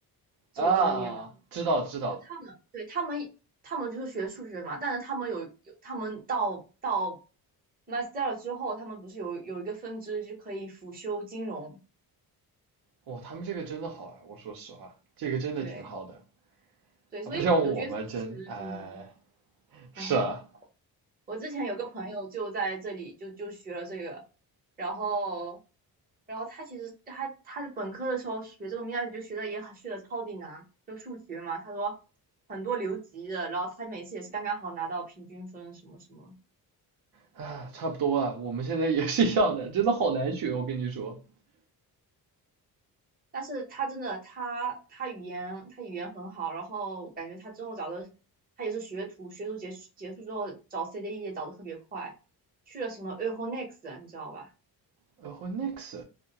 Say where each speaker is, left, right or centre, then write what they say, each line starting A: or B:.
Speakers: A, on the right (about 25°); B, on the right (about 60°).
A: 这个专业吗？
B: 啊，知道知道，
A: 就他们，对，他们，他们就是学数学嘛，但是他们有有，他们到到 master 之后，他们不是有有一个分支就可以辅修金融，
B: 哇，他们这个真的好啊，我说实话，这个真的挺好的。
A: 对对，
B: 啊，
A: 所以我觉得其实，
B: 不像我们真哎，
A: 嗯，
B: 是啊，
A: 哎，我之前有个朋友就在这里就就学了这个，然后然后他其实他他的本科的时候学这个 m a 就学的也很学的超级难，就数学嘛，他说很多留级的，然后他每次也是刚刚好拿到平均分什么什么。
B: 啊，差不多啊，我们现在也是一样的，真的好难学，我跟你说。
A: 但是他真的，他他语言他语言很好，然后感觉他之后找的，他也是学徒，学徒结束结束之后找 CDE 也找的特别快，去了什么 Euronext，你知道吧？
B: 然后 next